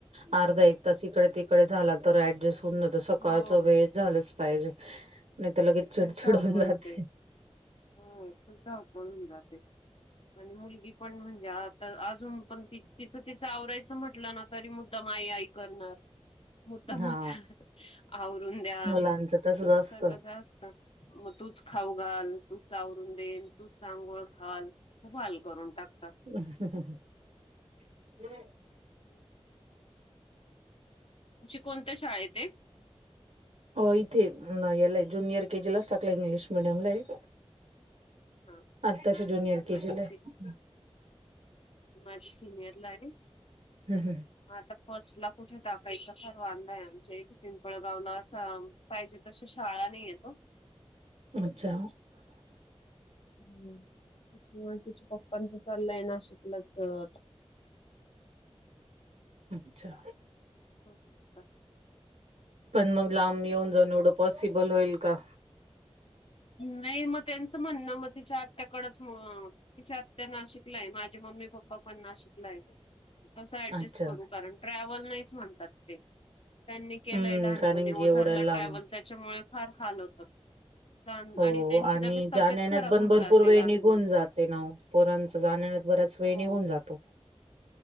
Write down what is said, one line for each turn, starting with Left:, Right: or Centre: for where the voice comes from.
Right: अर्धा एक तास इकडे तिकडे झाला तर ऍडजस्ट होऊन जात सकाळचा
Left: हो
Right: वेळ झालंच पाहिजे नायी त लगेच चिडचिड
Left: खूप धावपळ
Right: होऊन जाते.
Left: होते. हो खुप धावपळ हुन जाते आण मुलगी पण म्हणजे आता अजून पण त तिच तिच आवरायच म्हटल ना? तरी मुद्दाम आई आई करणार मुद्दामच
Right: हा
Left: आवरून द्या
Right: मुलांच तसच असतं.
Left: सगळच असत मग तूच खाऊ घाल तू च आवरून दे अन तूच अंघोळ हाल खूप हाल करून टाकतात.
Right: <unintelligible>
Left: हम् कोणत्या शाळेत ये?
Right: अ इथे ये याला ये ज्युनियर केजी लाच टाकलय इंग्लिश मिडियमला ये.
Left: हा
Right: आताशी ज्युनिअर
Left: माझी
Right: के जी लाये
Left: माजी सिनियर ला ये
Right: हं हं.
Left: आता फर्स्ट ला कुठे टाकायचा फार वांदा ये आमच्या इथ पिंपळगावला चा पाहिजे तशी शाळा नायी येवो. <inaudible>
Right: अच्छा
Left: अम्म त्याच्यामुळे तिच्या पप्पांच चाललय नाशिकलाच अ -
Right: अच्छा
Left: बघू आता,
Right: पण मग लांब येऊन जाऊन एवढ पॉसिबल होईल का?
Left: नायी मग त्यांच म्हणण मग तिच्या आत्याकडच म तिची आत्या नाशिकलाये माझे मम्मी पप्पा पण नाशिकलाये तस ऍडजस्ट
Right: अच्छा
Left: करू कारण ट्रॅव्हल नाइच म्हणतात ते त्यांनी केलय
Right: हम्म
Left: लहानपणी
Right: कारण की
Left: ओझरला
Right: एवढं लांब
Left: ट्रॅव्हल त्याच्यामुळे फार हाल होतात. लहान
Right: हो
Left: आणि त्यांची
Right: आणि
Left: लगेच तब्येत
Right: जाण्या येण्यात
Left: खराब
Right: पण
Left: होऊन
Right: भरपूर
Left: जाते
Right: वेळ
Left: लहान
Right: निघून
Left: मुलांची.
Right: जातो ना वो. पोरांच जाण येण्यात बराच वेळ
Left: हो
Right: निघून जातो.